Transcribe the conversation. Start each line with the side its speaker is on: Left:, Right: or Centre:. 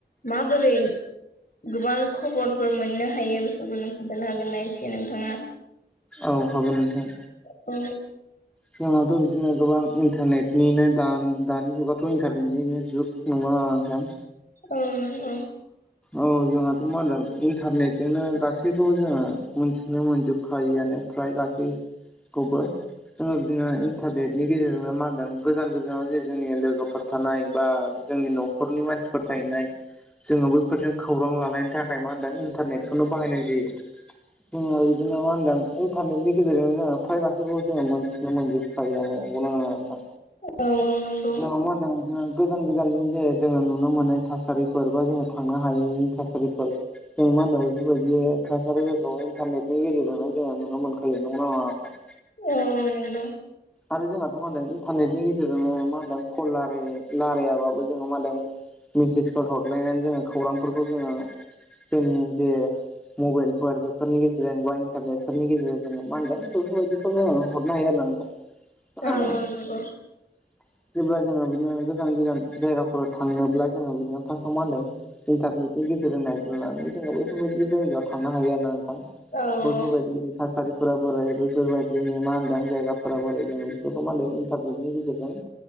Left: माबोरै गोबां खबरफोर मोननो हायो बेफोरखौ नों खोन्थानो हागोन ना एसे नोंथाङा।
Centre: औ हागोन नोंथां।
Left: औ
Centre: जोंहाथ' बिदिनो गोबां इन्टारनेटनिनो दा दानि जुगाथ' इन्टारनेटनिनो जुग नोगौना नोङा नोंथां।
Left: औ नोंगौ
Centre: औ जोंहा मा होनदों इन्टारनेटजोंनो गासैखौबो जोङो मोनथिनो मोनजोबखायआनो फ्राय गासै खौबो जोङो बिदिनो इन्टारनेटनि गेजेरनो मा होनदों गोजान गोजानाव जे जोंनि लोगोफोर थानाय बा जोंनि न'खरनि मानसिफोर थाहैनाय जोङो बैफोरजों खौरां लालायनि थाखाय मा होनदों इन्टारनेटखौनो बाहायनाय जायो। जोङो बिदिनो मा होनदों इन्टारनेटनि गेजेरजोंनो जोङो फाइ गाससिखौबो जोङो मोनन्थिनो मोनजोब फ्रायानो नोंगौना नोङा नोंथां।
Left: औ नंगौ
Centre: जोंङो मा होनदों बिदिनो गोजान गोजाननि जे जोङो नुनो मोननाय थासारि फोरबा जोङो थांनो हायैनि थासारिफोर जों मा होनो बेफोरबायदि थासारिफोरखौ इन्टारनेटनि गेजेरजोंनो जोङो नुनो मोनखायो नंगौना नङा ओमफाय
Left: औ नंगौ।
Centre: आरो जोंहाथ' मा होनदों इन्टारनेटनि गेजेरजोंनो मा होनदों कल लारे रलायाबाबो जोंहा मा होनादों मेसेजफोर हरलायनानै जोङो खौरांफोरखौ जोङो जोंनि जे मबाइलफोर बेफोरनि गेजेरजों बा इन्टारनेटफोरनि गेजेरजों जोङो मा होनदों बेफोरबायदिखौ जोङो हरनो हायो आरो ना नों <inaudible>
Left: औ नंगौ
Centre: जेब्ला जोङो बिदिनो गोजान गोजान जायगाफोराव थांनोब्ला जोङो बिदिनो फार्स्टाव मान होनदों इन्टारनेटनि गेजेरजों नायग्रोनानै जों बेफोरबायदि जायगायाव थांनो हायो ना नों थां
Left: औ
Centre: बैफोरबायाददि
Left: औ
Centre: थासारिफोरा बोरै बैफोरबायाददिनि मा होनदां जायगाफोरा बोरै जों बेफोरखौ मादों इन्टारनेटनि गेजेरजों